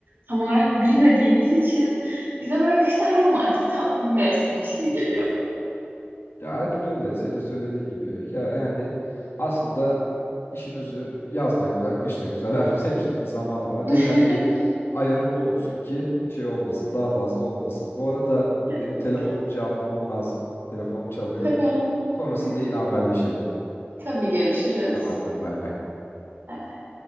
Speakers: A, on the right; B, on the left.
A: tam olarak bilmediğimiz için bize böyle kış daha romantik tatlı bir mevsimmiş gibi geliyor.
B: Ya aynen öyle. Senin söylediğin gibi. Ya yani aslında işin özü yaz da güzel, kış da güzel. <laughs> Her hepsinin bir zamanı var. Yeter
A: <laughs>
B: ki ayarında olsun ki şey olmasın, daha fazla olmasın. Bu arada
A: Kesinlikle.
B: benim telefonumu cevaplamam lazım. Telefonum çalıyor.
A: Tabii.
B: Sonrasında
A: Hı hı.
B: yine haberleşelim.
A: Tabii görüşürüz.
B: Tamamdır, bay bay.
A: Bay bay.